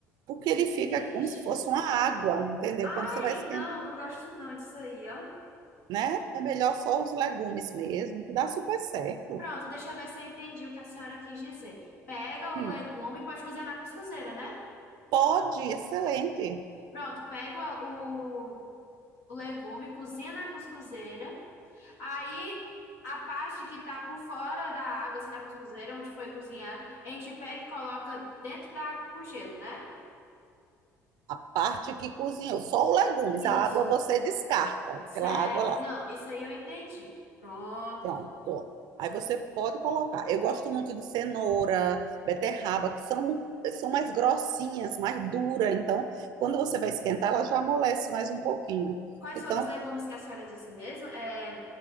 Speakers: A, on the right; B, on the left.
A: porque ele fica
B: Vixe.
A: como se fosse uma água, entendeu?
B: Ai,
A: Quando você vai esquentar
B: não, não gosto não disso aí, ó.
A: né? É melhor só os legumes mesmo, que dá super certo.
B: Pronto, deixa eu ver se eu entendi o que a senhora quis dizer. Pega o
A: Hum,
B: legume, pode cozinhar na cuscuzeira, né?
A: pode, excelente.
B: Pronto, pega o, o legume, cozinha na cuscuzeira. Aí a parte que tá por fora da água, assim, da cuscuzeira, onde foi cozinhado, a gente pega e coloca dentro da água com gelo, né?
A: A parte que cozinhou, só os legumes, a água
B: Isso.
A: você descarta,
B: Certo.
A: aquela água lá.
B: Não, isso aí eu entendi. Pronto.
A: Pronto. Ó. Aí você pode colocar. Eu gosto muito de cenoura, beterraba, que são, são mais grossinhas, mais duras. Então, quando você vai esquentar, ela já amolece mais um pouquinho.
B: Quais
A: Então,
B: foram os legumes que a senhora disse mesmo? É